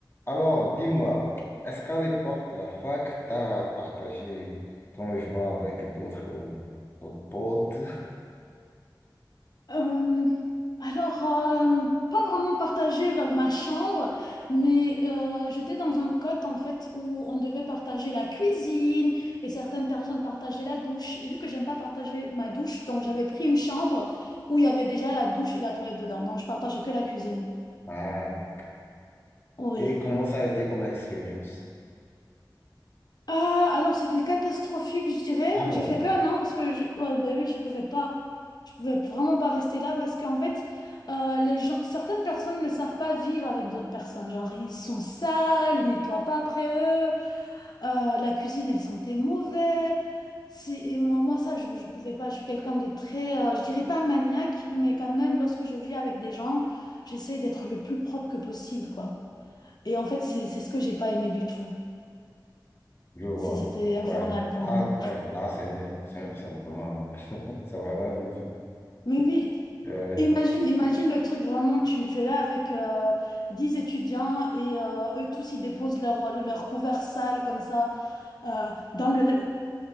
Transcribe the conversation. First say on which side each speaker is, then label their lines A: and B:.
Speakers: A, on the left; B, on the left.
A: Alors, dis-moi, est-ce qu'à l'époque de la fac, tu as partagé ton logement avec d'autres euh, d'autres potes?
B: Euh, alors, euh, pas vraiment partagé dans ma chambre, mais euh, j'étais dans un cote en fait où on devait partager la cuisine et certaines personnes partageaient la douche. Et vu que j'aime pas partager ma douche, donc j'avais pris une chambre où il y avait déjà la douche et la toilette dedans. Donc je partageais que la cuisine.
A: Ah, d'accord.
B: Oui.
A: et comment ça a été comme expérience?
B: Ah, alors c'était catastrophique, je dirais.
A: Ah bon,
B: J'ai fait qu'un an parce que je, ouais, bah oui, je pouvais pas, je pouvais vraiment pas rester là parce qu'en fait, euh, les gens, certaines personnes ne savent pas vivre avec d'autres personnes. Genre, ils sont sales, ils nettoient pas après eux, euh, la cuisine, elle sentait mauvais. Si, et moi, moi, ça, je, je pouvais pas. Je suis quelqu'un de très, euh, je dirais pas maniaque, mais quand même, lorsque je vis avec des gens, j'essaye d'être le plus propre que possible, quoi. Et en fait, c'est, c'est ce que j'ai pas aimé du tout.
A: je vois.
B: C'est- C'était infernal
A: Ouais,
B: pour
A: là,
B: moi.
A: ouais, là, c'est un- c'est un- c'est vraiment, <laughs> c'est vraiment un défi.
B: Oui, oui.
A: Euh,
B: Imagine, imagine le truc vraiment, tu, tu es là avec euh, 10 étudiants et euh, eux tous ils déposent leur, euh, leur couvert sale comme ça euh, dans le,